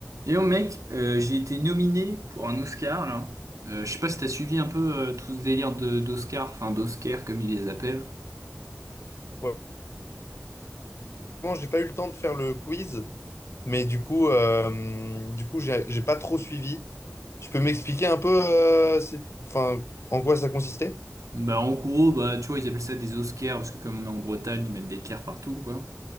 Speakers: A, on the right; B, on the left.
A: Et oh mec, euh, j'ai été nominé pour un Oscar là. Euh, je sais pas si t'as suivi un peu euh, tout ce délire de d'Oscar, enfin d'Oscar comme ils les appellent.
B: Ouais. Bon, j'ai pas eu le temps de faire le quiz, mais du coup, euh, du coup, j'ai j'ai pas trop suivi. Tu peux m'expliquer un peu, euh, c'est- enfin, en quoi ça consistait?
A: Bah en gros, bah tu vois, ils appellent ça des Oscars parce que comme on est en Bretagne, ils mettent des cars partout quoi.